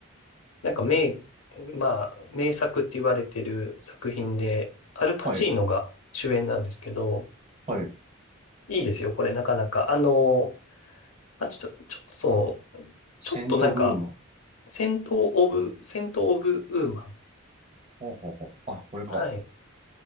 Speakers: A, on the left (about 75°); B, on the right (about 30°).
A: なんか名、まあ、名作って言われてる作品で、アルパチーノが主演なんですけど、
B: はい、はい。
A: いいですよ、これなかなか。あの、あ、ちょっと、ちょっとそう、
B: セントブーマン。
A: ちょっとなんか、セント・オブ、セント・オブ・ウーマン。
B: ほうほうほう。あ、これか。
A: はい。